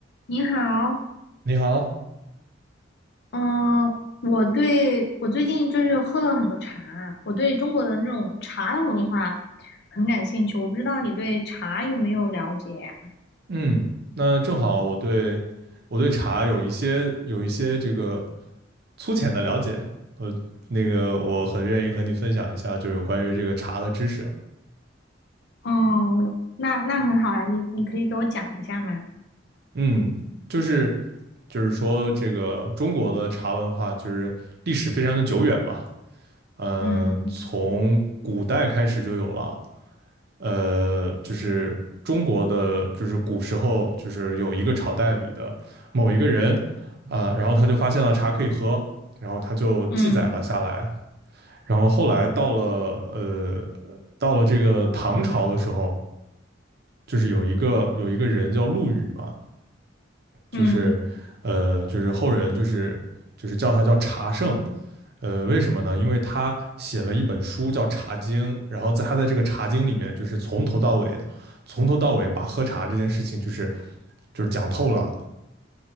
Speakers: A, on the left (about 60°); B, on the right (about 55°).
A: 你好，
B: 你好，
A: 嗯，我对我最近就是喝了很多茶，我对中国的那种茶的文化很感兴趣。我不知道你对茶有没有了解呀？
B: 嗯，那正好我对我对茶有一些有一些这个粗浅的了解，呃，那个我很愿意和你分享一下，就是有关于这个茶的知识，
A: 哦，那那很好啊，你你可以给我讲一下吗？
B: 嗯，就是就是说这个中国的茶文化就是历史非常的久远嘛，嗯、
A: 嗯
B: 从古代开始就有了，呃，就是中国的，就是古时候，就是有一个朝代里的某一个人，啊、然后他就发现了茶可以喝，然后他就记载了下来，
A: 嗯
B: 然后后来到了呃，到了这个唐朝的时候，就是有一个有一个人叫陆羽嘛，就是呃，
A: 嗯
B: 就是后人就是就是叫他叫茶圣，呃，为什么呢？因为他写了一本书叫《茶经》，然后在他在这个《茶经》里面，就是从头到尾的，从头到尾把喝茶这件事情，就是就是讲透了，